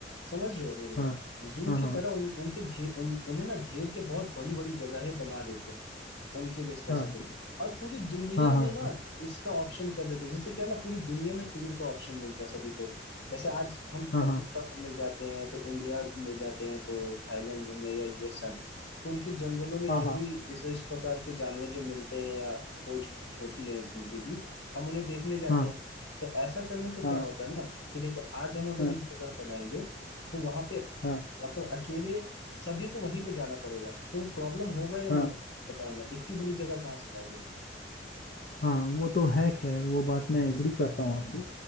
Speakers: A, on the left; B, on the left.
A: समझ रहे हो मेरी बात
B: हाँ
A: जू
B: हाँ
A: की
B: हाँ
A: तरह उन उनके घे उन, उन्हें ना घेर के बहुत बड़ी बड़ी जगह है बना देते हैं उनके लिए स्पेसिफिक
B: हाँ
A: और पूरी दुनिया
B: हाँ
A: में
B: हाँ
A: ना इसका ऑप्शन कर देते जैसे क्या ना पूरी दुनिया में टूर का ऑप्शन मिलता सभी को जैसे आज हम
B: हाँ
A: अफ्रीका
B: हाँ
A: घूमने जाते हैं तो इंडिया घूमने जाते हैं तो थाईलैंड घूमने या यूएस जाते हैं तो उनके जंगलों में
B: हाँ
A: जो
B: हाँ
A: भी विशेष प्रकार के जानवर जो मिलते हैं या खोज होती है जिनके भी हम उन्हें देखने जाते
B: हाँ
A: हैं तो ऐसा करने से क्या
B: हाँ
A: होता है ना कि देखो आज हम अगर
B: हाँ
A: एक जगह बनाएंगे तो वहां पे
B: हाँ
A: मतलब अकेले सभी को वहीं पे जाना पड़ेगा तो प्रॉब्लम होगा
B: हाँ
A: या नहीं होगा बताओ ना इतनी बड़ी जगह कहाँ से लाओगे
B: हाँ वो तो है खैर वो बात मैं एग्री करता हूँ आपकी